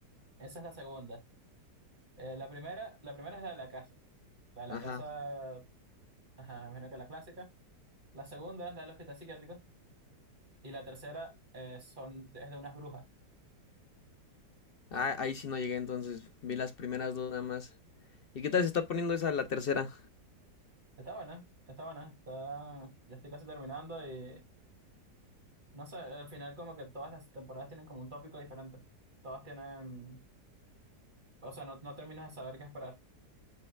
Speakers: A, on the right; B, on the left.
A: esa es la segunda. Eh, la primera, la primera es la de la casa. La de la
B: Ajá.
A: casa, ajá, me imagino que la clásica. La segunda es la del hospital psiquiátrico. Y la tercera eh, son, es de unas brujas.
B: Ah, ahí sí no llegué, entonces vi las primeras dos nada más. ¿Y qué tal se está poniendo esa la tercera?
A: Está buena, está buena, está, ya estoy casi terminando y no sé, al final como que todas las temporadas tienen como un tópico diferente. Todas tienen, o sea, no, no terminas de saber qué esperar.